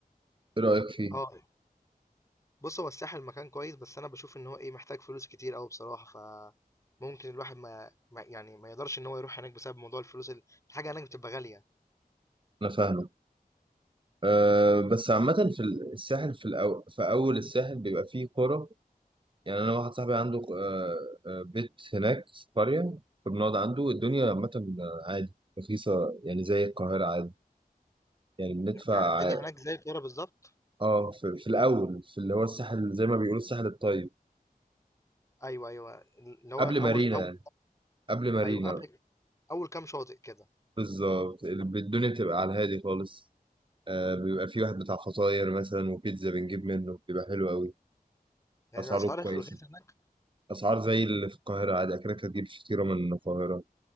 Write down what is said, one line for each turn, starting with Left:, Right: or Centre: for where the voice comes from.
Right: ايه رأيك فيه
Left: آه. بُص، هو الساحل مكان كويس بس أنا باشوف إن هو إيه، محتاج فلوس كتير أوي بصراحة، فممكن الواحد ما ما يعني ما يقدرش إن هو يروح هناك بسبب موضوع الفلوس ال الحاجة هناك بتبقى غالية.
Right: انا فاهمه أه بس عامة في الساحل في الأو... في أول الساحل بيبقى فيه قرى يعني أنا واحد صاحبي عنده أه آه، بيت هناك في قرية فبنقعد عنده الدنيا عامة عادي رخيصة يعني زي القاهرة عادي يعني بندفع
Left: يعني الدنيا
Right: ع-
Left: هناك زي القاهرة بالظبط
Right: اه في, في الأول في اللي هو الساحل زي ما بيقولوا الساحل الطيب
Left: أيوه أيوه اللي هو
Right: قبل
Left: أول
Right: مارينا
Left: أول
Right: يعني قبل مارينا
Left: أيوه قبل أول كام شاطئ كده
Right: بالظبط الب- الدنيا بتبقى على الهادي خالص آه، بيبقى في واحد بتاع فطاير مثلا وبيتزا بنجيب منه بيبقى حلو قوي
Left: يعني
Right: اسعاره
Left: الأسعار
Right: كويسه
Left: رخيصة هناك
Right: اسعار زي اللي في القاهره عادي اكنك هتجيب فطيره من القاهره